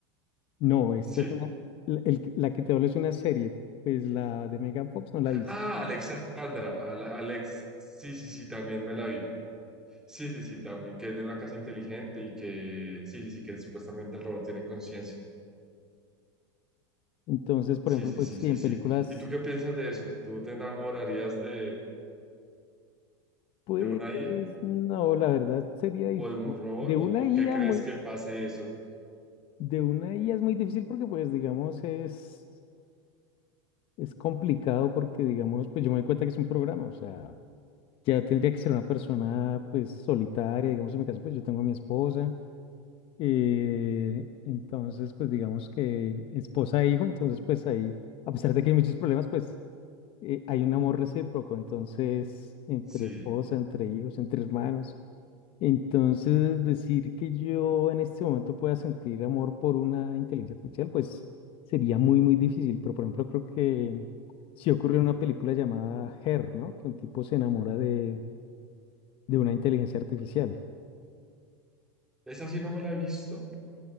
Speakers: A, on the left; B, in the centre.
A: No, esta
B: ¿Sí?
A: es una, la, el- la que te hablo es una serie, pues la de Megan Fox no la he visto.
B: Ah, Alexandra, Ale- Alex, sí, sí, sí, también me la vi. Sí, sí, sí, también, que es de una casa inteligente y que, sí, sí, sí, que supuestamente el robot tiene conciencia.
A: Entonces, por
B: Sí,
A: ejemplo,
B: sí,
A: pues
B: sí, sí,
A: sí, en
B: sí.
A: películas,
B: ¿Y tú qué piensas de eso? ¿Tú te enamorarías de,
A: pues
B: de una IA
A: no, la verdad sería difícil.
B: o de un robot?
A: De
B: ¿O por
A: una
B: qué
A: IA
B: crees
A: muy,
B: que pase eso?
A: de una IA es muy difícil porque pues digamos es, es complicado porque digamos, pues yo me doy cuenta que es un programa, o sea, ya tendría que ser una persona pues solitaria, digamos en mi caso pues yo tengo a mi esposa. Eh, entonces, pues digamos que esposa e hijo, entonces pues ahí, a pesar de que hay muchos problemas, pues eh, hay un amor recíproco, entonces entre
B: Sí,
A: esposa, entre hijos, entre hermanos. Entonces, decir que yo en este momento pueda sentir amor por una inteligencia artificial, pues sería muy, muy difícil, pero por ejemplo creo que sí ocurrió en una película llamada Her, ¿no? Que un tipo se enamora de, de una inteligencia artificial.
B: esa sí no me la he visto,